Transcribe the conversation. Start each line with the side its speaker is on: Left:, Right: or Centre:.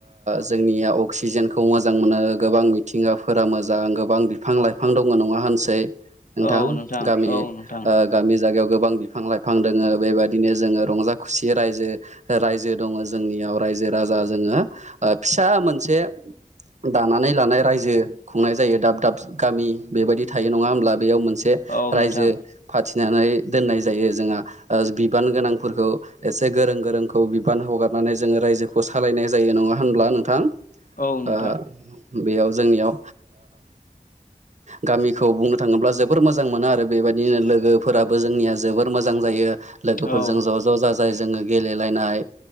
Right: जोंनिया अक्सिजेनखौ मोजां मोनो गोबां मिथिंगाफोरा मोजां गोबां बिफां-लाइफां बिफां दङ नङा होनसै नोंथां
Left: औ
Right: गामिनि
Left: औ नोंथां
Right: गामि जागायाव। गोबां बिफां लाइफां दोङो बेबायदि। बिनो जो रंजा खुसि रायजो रायजो दङ जोंनियाव रायजो राजा जोङो। फिसा मोनसे। दानानै लानाय रायजो खुंनाय जायो दाब दाब गामि बेबायदि थायो नङा ओमब्ला बेयाव मोन से
Left: औ
Right: रायजो
Left: नोंथां
Right: फाथिनानै दोननाय जायो जोङा बिब बान गोनांफोरखौ एसे गोरों गोरोंखौ बिबान हगारनानै जोङो रायजोखौ सालायनाय जायो नङा होनब्ला नोंथां
Left: औ नोंथां
Right: ओ बेयाव जोंनियाव गामिखौ बुंनो थाङोब्ला जोबोर मोजां मोनो आरो बेबायदिनो लोगोफोराबो जोंनिया जोबोर मोजां जायो। लोगोफोरजों
Left: औ
Right: ज' ज' जाजा य जोङो गेलेलायनाय